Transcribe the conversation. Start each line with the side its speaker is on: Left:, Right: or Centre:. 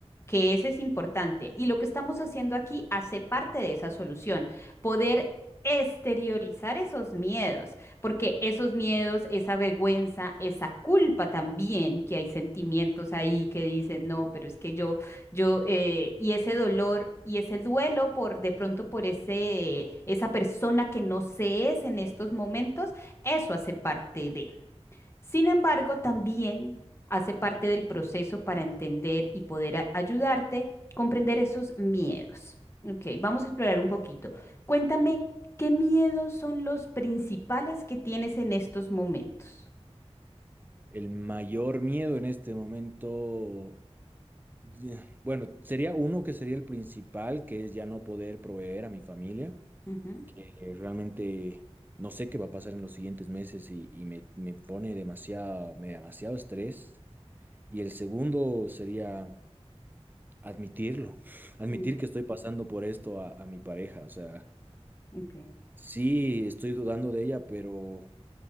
Left: que ese es importante y lo que estamos haciendo aquí hace parte de esa solución, poder exteriorizar esos miedos porque esos miedos, esa vergüenza, esa culpa también, que hay sentimientos ahí que dicen, no, pero es que yo, yo, eh, y ese dolor y ese duelo por de pronto por ese, esa persona que no se es en estos momentos, eso hace parte de. Sin embargo, también hace parte del proceso para entender y poder a- ayudarte comprender esos miedos. Ok, vamos a explorar un poquito. Cuéntame, ¿qué miedos son los principales que tienes en estos momentos?
Right: El mayor miedo en este momento, ya, bueno, sería uno que sería el principal, que es ya no poder proveer a mi familia.
Left: Ujú.
Right: Eh, realmente no sé qué va a pasar en los siguientes meses y, y me, me pone demasiado, me da demasiado estrés. Y el segundo sería admitirlo, <laughs> admitir
Left: Mm,
Right: que estoy pasando por esto a, a mi pareja. O sea,
Left: Ok,
Right: sí, estoy dudando de ella, pero